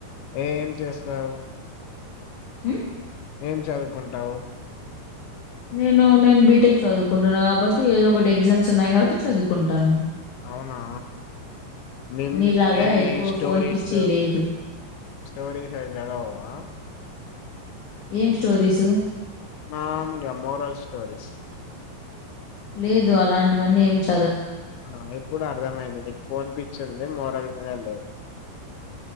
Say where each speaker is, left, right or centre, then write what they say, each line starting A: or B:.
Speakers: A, on the left; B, on the left.
A: ఏం చేస్తవ్?
B: ఉ
A: ఏం చదువుకుంటవ్?
B: నేను నేను బీటెక్ చదువుకుంటున్నా కాబట్టి ఏదో ఒకటి ఎగ్జామ్స్ ఉన్నాయి కాబట్టి చదువుకుంటాను.
A: అవునా, మేం
B: నీలాగా
A: ఏది
B: ఎక్కువ
A: స్టోరీస్
B: ఫోన్ పిచ్చి లేదు.
A: స్టోరీస్ అవి చదవా?
B: ఏం స్టోరీసు?
A: మాములుగ మోరల్ స్టోరీస్
B: లేదు అలాంటివన్నీ ఏం చ్
A: ఆ ఇప్పుడు అర్థమైంది నీక్ ఫోన్ పిచ్చి ఉంది. మోరల్ లేదని